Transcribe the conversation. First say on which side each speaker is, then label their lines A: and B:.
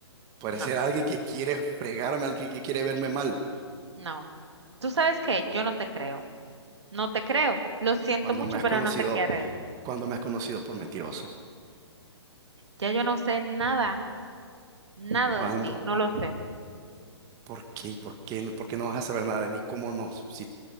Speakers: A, on the right (about 25°); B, on the right (about 70°).
A: podría
B: no,
A: ser alguien que quiere fregarme, alguien que quiere verme mal.
B: no. ¿Tú sabes qué? Yo no te creo. No te creo. Lo siento
A: Cuando
B: mucho,
A: me has
B: pero
A: conocido,
B: no te creo.
A: cuando me has conocido por mentiroso,
B: Ya yo no sé nada, nada
A: cuando,
B: de ti. No lo sé.
A: ¿por qué? ¿Por qué? ¿Por qué no vas a saber nada de mí? ¿Cómo no? Si